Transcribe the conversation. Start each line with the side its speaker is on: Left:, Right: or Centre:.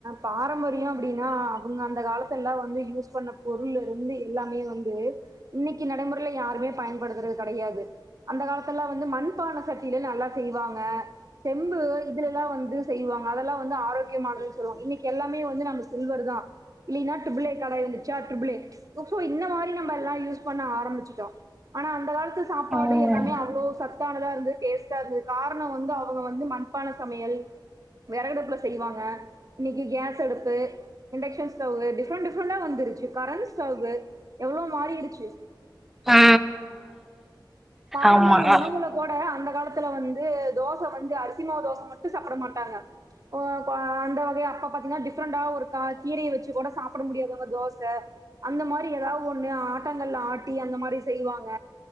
Right: பாரம்பரியம் அப்டின்னா அவங்க அந்த காலத்த எல்லா வந்து யூஸ் சொன்னப் பொருள் இருந்து எல்லாமே வந்து இன்னைக்கு நடைமுறையில யாருமே பயன்படுத்துறது கெடையாது அந்த காலத்தேல்லா வந்து மண்பான சட்டிலே நல்லா செய்வாங்க செம்பு இதுலல்லா வந்து செய்வாங்க அதெல்லா வந்து ஆரோக் கியமானது சொல்லுவோ இன்னைக்கி எல்லாமே வந்து நம்ம சில்வர் தா இல்லைன்னா ட்ரிபிளே கட இருந்துச்சா ட்ரிபிளே சோ இந்த மாதிரி நம்ம எல்லா யூஸ் பண்ண ஆரம்பிச்சிட்டோ ஆனா அந்த காலத்து சாப்பாடு
Centre: ஆ
Right: எல்லாமே அவ்ளோ சத்தானதா இருந்து டேஸ்ட்டா இருந்தது காரணம் வந்து அவங்க வந்து மண் சத்தான சமையல் விறகு அடுப்புல செய்வாங்க இன்னைக்கு கேஸ் அடுப்பு இண்டக்ஷன் ஸ்டவ்வு டிஃப்ரெண்ட் டிஃரண்டா வந்துருச்சி கரண்ட் ஸ்டவ் எவ்ளோ மாறிடுச்சி
Centre: ஆ
Right: பாரம்பரிய
Centre: ஆமா அ
Right: உணவுல அதோட அந்த காலத்துல வந்து தோச வந்து அரிசிமாவு தோச மட்டு சாப்ட மாட்டாங்க ஒ க அந்த வகைய அப்ப பாத்தீங்ன்னா டிஃப்ரெண்டா ஒருக்கா கீரைய வெச்சு கூட சாப்பிட முடியாதுவுங்க தோச அந்த மாரி எதாவ் ஒண்ணு ஆட்டங்கல்ல ஆட்டி அந்த மாரி செய்வாங்க